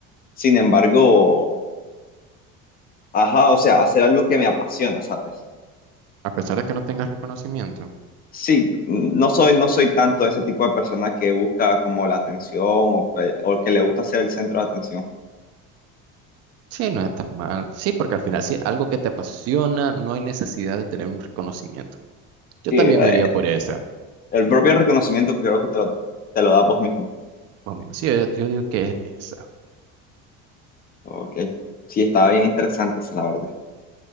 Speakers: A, on the left; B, on the right.
A: Sin embargo, Ajá, o sea, hacer algo que me apasiona, ¿sabes?
B: A pesar de que no tengas reconocimiento.
A: Sí, mm, no soy, no soy tanto ese tipo de persona que busca como la atención o que, o que le gusta ser el centro de atención.
B: Sí, no es tan mal. Sí, porque al final, si es algo que te apasiona, no hay necesidad de tener un reconocimiento. Yo
A: Sí,
B: también
A: eh,
B: me iría por esa.
A: el propio reconocimiento que creo que te lo, te lo das vos mismo.
B: Más o menos. Sí, yo, yo digo que es esa.
A: Ok, sí, estaba bien interesante esa, la verdad.